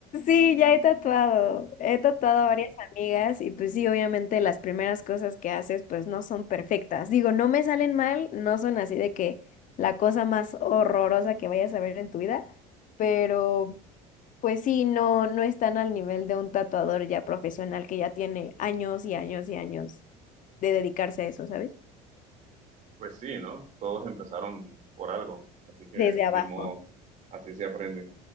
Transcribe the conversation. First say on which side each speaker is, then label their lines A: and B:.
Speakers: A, on the left; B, on the right.
A: sí, ya he tatuado. He tatuado a varias amigas y pues sí, obviamente las primeras cosas que haces pues no son perfectas. Digo, no me salen mal, no son así de que la cosa más horrorosa que vayas a ver en tu vida, pero Pues sí, no, no están al nivel de un tatuador ya profesional que ya tiene años y años y años de dedicarse a eso, ¿sabes?
B: Pues sí, ¿no? Todos empezaron por algo, así que
A: Desde abajo.
B: ni modo, así se aprende.